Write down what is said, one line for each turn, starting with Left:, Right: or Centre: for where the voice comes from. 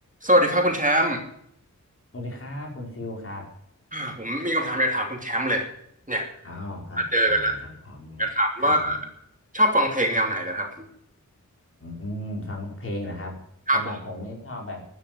Right: สวัสดีครับคุณแชมป์
Left: สวัสดีครับคุณฟิลครับ
Right: อ่าผมมีคำถามอยากถามคุณแชมป์เลยเนี่ย
Left: อ้าวครับได้ครับพร้อมนะครับครับผม
Right: มาเจอกันแล้วอยากถามว่าชอบฟังเพลงแนวไหนเหรอครับ
Left: อืมฟังเพลงนะครับสำหรับผมนี่ชอบแบบ
Right: ครับผม